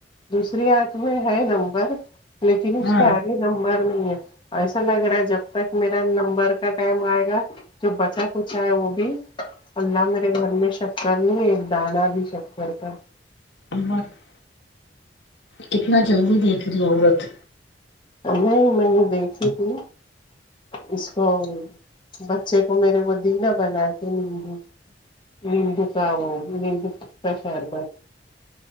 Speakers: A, on the left (about 30°); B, on the left (about 85°).
A: دوسری آنکھ میں ہے نمبر لیکن اس
B: ہاں
A: کے آگے نمبر نہیں ہے ایسا لگ رہا ہے جب تک میرا نمبر کا ٹائم آئے گا جو بچا کچھ ہے وہ بھی اللہ میرے گھر میں شکر نہیں ہے دانا بھی شک کر تھا
B: ہمت <unintelligible> کتنا جلدی دیکھ رہی ہے عورت
A: نہیں میں نے دیکھیھی تھی اس کو بچے کو میرے وہ دینا بنا کے ند نمبو کا وہ نمبو کا شربات